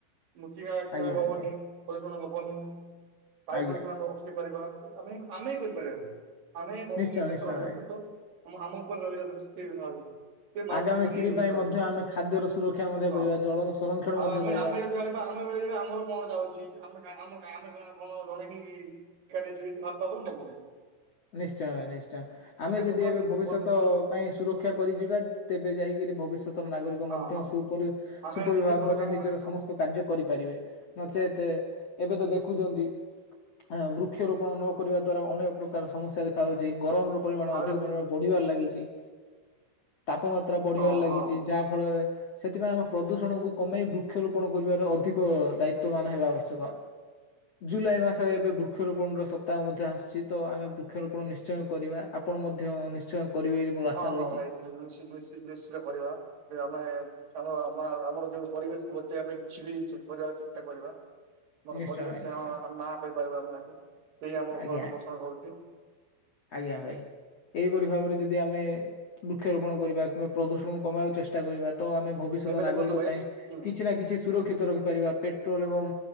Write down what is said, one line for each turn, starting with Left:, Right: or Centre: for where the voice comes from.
Right: ମୃତ୍ତିକା କ୍ଷୟ
Left: ଆଜ୍ଞା
Right: ହବନି।
Left: ଆଜ୍ଞା
Right: ପ୍ରଦୂଷଣ ହବନି। ବାୟୁ
Left: ଆଜ୍ଞା
Right: ପ୍ରଦୂଷଣ ଆମେ ରୋକି ପାରିବା। ଆମେ ଆମେ କରିପାରିବା ସବୁ। ଆମେ ଭ-ଉଁ,
Left: ନିଶ୍ଚୟ
Right: ଦେଶର
Left: ନିଶ୍ଚୟ
Right: ଭବିଷ୍ୟତ।
Left: ଭାଇ
Right: ଆମ ଆମ ଉପରେ ରହିଲା <unintelligible> ସେ ମାନସିକତା
Left: ଆଗାମୀ
Right: ନେଇକି
Left: ପିଢି
Right: ରଖିପାରନ୍ତି।
Left: ପାଇଁ ମଧ୍ୟ ଆମେ ଖାଦ୍ୟର ସୁରକ୍ଷା ମଧ୍ୟ
Right: ହଁ
Left: କରିବା ଜଳର ସଂରକ୍ଷଣ
Right: ଆଉ
Left: ମଧ୍ୟ
Right: ଆମେ
Left: କରିବା।
Right: ଆମେ ଯଦି କହିବା ଆମେ ଆମେ କହିବା ଆମର କଣ ଯାଉଛି ଆମେ ଗାଁ ଆମ ଗାଁ ଆମେ କଣ ହଁ ଜଣେ ହିଁ ହି <unintelligible>
Left: ନିଶ୍ଚୟ ନିଶ୍ଚୟ ଆମେ ଯଦି
Right: ପ୍ରଥମେ
Left: ଏବେ ଭବିଷ୍ୟତ
Right: ବଦ୍
Left: ପାଇଁ ସୁରକ୍ଷା କରିଯିବା ତେବେ ଯାଇକିରି ଭବିଷ୍ୟ ଷ୍ୟତ ନାଗରିକ
Right: ହଁ
Left: ମଧ୍ୟ
Right: ହଁ
Left: ସୁପରି
Right: ଆମେ
Left: ସୁପରିଭାବରେ
Right: ନିଜେ ଭଲ କାମ
Left: ନିଜର
Right: କରିବୁ ହଁ
Left: ସମସ୍ତ କାର୍ଯ୍ୟ କରିପାରିବେ। ନଚେତ ତେ ଏବେ ତ ଦେଖୁଛନ୍ତି ଅ, ବୃକ୍ଷରୋପଣ ନ କରିବା ଦ୍ଵାରା ଅନେକ ପ୍ର କାର ସମସ୍ୟା ଦେଖାାଯାଉଚି। ଗରମ ର ପରିମାଣ
Right: ଆଉ
Left: ଅଧିକ ପରିମାଣ ବଢ଼ିବାରେ ଲାଗିଚି। ତାପମାତ୍ରା ବଢିବାରେ
Right: ହଁ
Left: ଲାଗିଚି
Right: ହଁ
Left: ଯାହା ଫଳରେ ସେଥିପାଇଁ ଆମ ପ୍ରଦୂଷଣକୁ କମେଇ ବୃକ୍ଷରୋପଣ କରିବାର ଅଧିକ ଦାୟିତ୍ୱ ମାନ ହେବା ଆବଶ୍ୟକ। ଜୁଲାଇ ମାସରେ ଏବେ ବୃକ୍ଷରୋପଣ ର ସପ୍ତାହ ମଧ୍ୟ ଆସୁଛିି। ତ ଆମେ ବୃକ୍ଷରୋପଣ ନିଶ୍ଚୟ କରିବା। ଆପଣ ମଧ୍ୟ ନିଶ୍ଚୟ କରିବେ ବୋଲି ମୋର
Right: ହଁ
Left: ଆଶା ରହିଛି।
Right: ହଁ ଭାଇ ବେଶି ବେଶି ବେଶିକା କରିବା ଯେ ଆମେ ଆମର ମା-ଆମର ଯୋଉ ପରିବେଶକୁ ବଞ୍ଚେଇବା ପାଇଁ କିଛି ବି ଚ- କରିବାକୁ ଚେଷ୍ଟା କରିବା। ଆମର
Left: ନିଶ୍ଚୟ
Right: ପରିବେଶ
Left: ଭାଇ ନିଶ୍ଚୟ
Right: ହଁ ଆମ ମା କରିପାରିବ ଆମ ସାଙ୍ଗରେ ସେହି ଆମ
Left: ଆଜ୍ଞା
Right: ଭରଣ ପୋଷଣ କରୁଛି।
Left: ଆଜ୍ଞା ଭାଇ ଏଇପରି ଭାବରେ ଯଦି ଆମେ ବୃକ୍ଷରୋପଣ କରିବା। କିମ୍ବା ପ୍ରଦୂଷଣକୁ କମେଇବାକୁ ଚେଷ୍ଟା କରିବା। ତ ଆମେ ଭବିଷ୍ୟତ
Right: ଏବେ
Left: ନାଗରିକ
Right: ଦେଖନ୍ତୁ ଭାଇ
Left: ପାଇଁ
Right: ହୁଁ
Left: କିଛି ନା କିଛି ସୁରକ୍ଷିତ ରଖିପାରିବା। ପେଟ୍ରୋଲ୍ ଏବଂ